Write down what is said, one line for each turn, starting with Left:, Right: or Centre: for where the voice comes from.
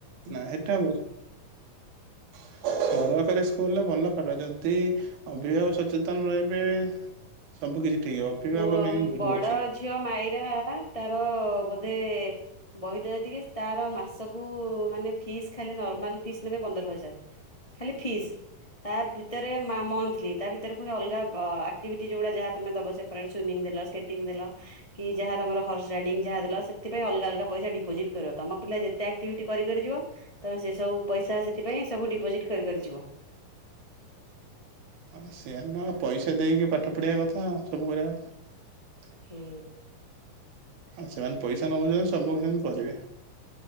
Right: ନା ହେଟା ସରକାରୀ ସ୍କୁଲରେ ଭଲ ପାଠ ଯଦି ଅଭିଭାବକ ସଚେତନ ରହିବେ ସବୁ କିଛି ଠିକ ଅଭିଭାବକ
Left: ମୁଁ
Right: ମେନ୍ ଭୁଲ
Left: ବଡ
Right: ଅଛି।
Left: ଝିଅ ମାଇରା ତାର ବୋଧେ ବହିତ ଯେତିକି ତାର ମାସକୁ ମାନେ ଫିସ୍ ଖାଲି ନର୍ମାଲ ଫିସ୍ ନେବେ ପନ୍ଦର ହଜାର। ଖାଲି ଫିସ୍। ତା ଭିତରେ ମନ୍ଥଲି, ତା ଭିତରେ ପୁଣି ଅଲଗା ଆକ୍ଟିଭିଟି ଯୋଉଗୁଡା ଯାହା ତମେ ଦବ ତା ସୁଇମିଂ ଦେଲ ସ୍କେଟିଂ ଦେଲ କି ଯାହା ତାଙ୍କର ହର୍ସ ରାଇଡିଙ୍ଗ ଯାହା ଦେଲ ସେଥିପାଇଁ ଅଲଗା ଅଲଗା ପଇସା ଡିପୋଜିଟ୍। ତମ ପିଲା ଯେତେ ଆକ୍ଟିଭିଟି କରି କରି ଯିବ ତମେ ସେ ସବୁ ପଇସା ସେଥିପାଇଁ ସବୁ ଡିପୋଜିଟ କରି କରି ଯିବ।
Right: ହଁ ସେଆ ନୁହଁ ପଇସା ଦେଇକି ପାଠ ପଢିବା କଥା ସବୁ କରିବା କଥା।
Left: ହୁଁ।
Right: ଆଉ ସେମାନେ ପଇସା ନବକହୁଛନ୍ତି ସବୁ ସେମିତି କରିବେ।